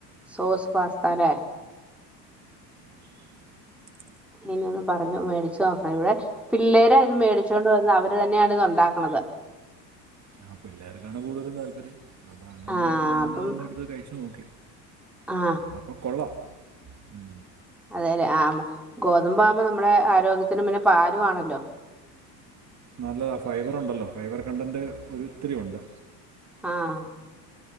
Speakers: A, in the centre; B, on the right.
A: sauce pasta ലേ
B: <inaudible>
A: ഇനി ഒന്ന് പറഞ്ഞു മേടിച്ചു നോക്കണം ഇവിടെ പിള്ളേരാ ഇത് മേടിച്ചുകൊണ്ട് വന്ന് അവര് തന്നെയാണ് ഇത് ഉണ്ടാക്കണത്.
B: ആ പിള്ളേർക്കാണ് കൂടുതൽ താല്പര്യം. അപ്പം അങ്ങനെ ഉണ്ടാക്കിയപ്പോ
A: ആ
B: ഞാനതൊന്ന്
A: അപ്പം
B: എടുത്ത് കഴിച്ചു നോക്കി
A: ആ
B: അപ്പോ കൊള്ളാം. ഉം
A: അതെ അതെ ആ ഗോതമ്പ് ആവുമ്പോ നമ്മെടെ ആരോഗ്യത്തിനും പിന്നെ പാലും ആണല്ലോ.
B: നല്ലതാ ഫൈബർ ഉണ്ടല്ലോ ഫൈബർ കണ്ടന്റ് ഒരു ഒത്തിരി ഉണ്ട്.
A: ആഹ്